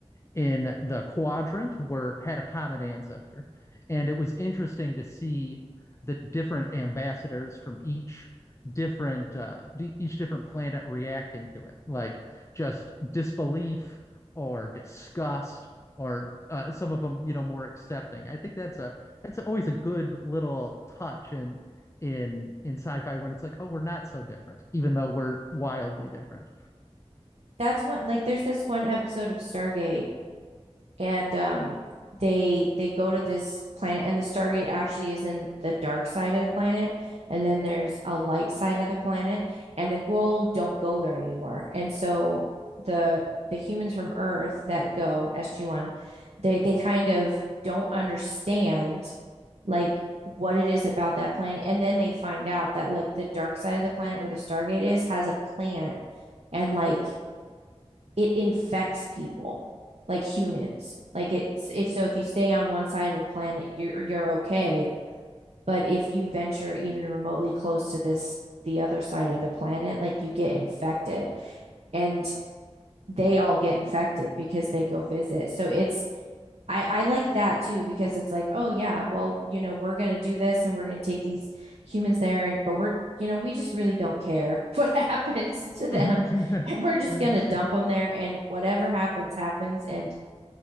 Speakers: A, on the left; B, on the right.
A: in the quadrant were had a common ancestor and it was interesting to see the different ambassadors from each different uh, d- each different planet reacting to it like just disbelief or disgust or uh, some of them you know more accepting i think that's a that's always a good little touch in in in sci-fi when it's like oh we're not so different even though we're wildly different
B: That's one, like, there's this one episode of Stargate. and um they they go to this planet and the Stargate actually is in the dark side of the planet and then there's a light side of the planet and the Goa'uld don't go there anymore. And so the the humans from Earth that go SG1 they they kind of don't understand like what it is about that planet and then they find out that like the dark side of the planet where the Stargate is has a plant and like it infects people like humans. Like it's if so if you stay on one side of the planet, you're you're okay. But if you venture even remotely close to this the other side of the planet, like you get infected. And they all get infected because they go visit. So it's I I like that too because it's like, oh yeah, well, you know, we're going to do this and we're going to take these humans there and but we're, you know, we just really don't care <laughs> what happens to them
A: <laughs>
B: and we're just going to dump them there and whatever happens happens and